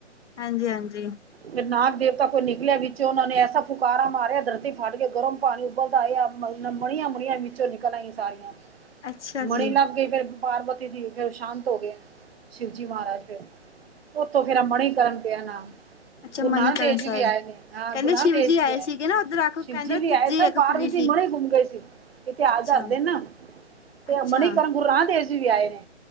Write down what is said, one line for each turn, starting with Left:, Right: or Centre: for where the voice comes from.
Left: ਹਾਂਜੀ ਹਾਂਜੀ।
Right: ਫਿਰ ਨਾਗ ਦੇਵਤਾ ਕੋਈ ਨਿਕਲਿਆ ਵਿੱਚੋਂ ਉਹਨਾਂ ਨੇ ਐਸਾ ਫੁਕਾਰਾ ਮਾਰਿਆ ਧਰਤੀ ਫਟਗੀ ਗਰਮ। ਪਾਣੀ ਉਬਲਦਾ ਆਇਆ <unintelligible> ਮੁਣੀਆਂ ਵਿੱਚੋਂ ਨਿਕਲ ਆਈ ਸਾਰੀਆਂ
Left: ਅੱਛਾ
Right: ਮਣੀ
Left: ਜੀ
Right: ਲੱਭ ਕੇ ਫਿਰ ਪਾਰਵਤੀ ਦੀ ਫੇਰ ਸ਼ਾਂਤ ਹੋ ਗਏ ਸ਼ਿਵਜੀ ਮਹਾਰਾਜ ਫੇਰ ਓਥੋਂ ਫੇਰ ਮਣੀਕਰਨ ਪਿਆ ਨਾਲ।
Left: ਅੱਛਾ
Right: ਗੁਰੂ
Left: ਮਨੀਕਰਨ
Right: ਨਾਨਕ ਦੇਵ ਜੀ
Left: ਸਾਹਿਬ
Right: ਵੀ ਆਏ ਨੇ ਹਾਂ
Left: ਕਹਿੰਦੇ
Right: ਗੁਰੂ ਨਾਨਕ
Left: ਸ਼ਿਵ
Right: ਦੇਵ ਜੀ ਵੀ ਆਏ
Left: ਸੀਗੇ ਨਾ ਉੱਧਰ ਅੱਖ
Right: ਸ਼ਿਵ
Left: ਕਹਿੰਦਾ
Right: ਜੀ ਵੀ
Left: ਤੀਜੀ
Right: ਆਏ ਸਭ
Left: ਅੱਖ
Right: ਪਾਰਵਤੀ
Left: ਖੁੱਲੀ ਸੀ
Right: ਮੁੜ ਘੁੰਮ ਗਏ ਸੀ ਇਤਿਹਾਸ
Left: ਅੱਛਾ
Right: ਦੱਸਦੇ ਨਾ ਤੇ
Left: ਅੱਛਾ
Right: ਮਨੀਕਰਨ ਗੁਰੂ ਰਾਮ ਦੇਵ ਜੀ ਵੀ ਆਏ ਨੇ